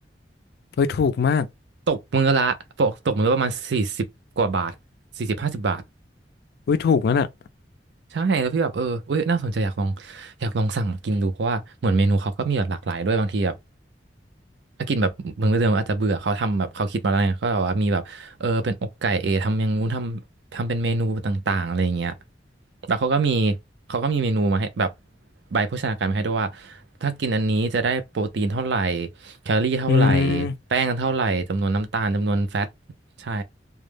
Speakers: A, on the left; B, on the right.
A: เฮ้ยถูกมาก
B: ตกมือละตกตกมือละประมาณสี่สิบกว่าบาทสี่สิบห้าสิบบาท
A: อุ้ยถูกงั้นอ่ะ
B: ใช่แล้วพี่แบบเออเอ้ยน่าสนใจอยากลองอยากลองสั่งมากินดูเพราะว่าเหมือนเมนูเขาก็มีแบบหลากหลายด้วยบางทีแบบถ้ากินแบบเมื้อเดิมๆอาจจะเบื่อเขาทำแบบเขาคิดมาแล้วไงก็แบบว่ามีแบบเออเป็นอกไก่เอทำอย่างงู้นทำทำเป็นเมนูต่างๆอะไรอย่างเงี้ยแล้วเขาก็มีเขาก็มีเมนูมาให้แบบใบโภชนาการมาให้ด้วยว่าถ้ากินอันนี้จะได้โปรตีนเท่าไหร่แคลอรี่เท่าไหร่
A: อืม
B: แป้งเท่าไหร่จำนวนน้ำตาลจำนวนแฟตใช่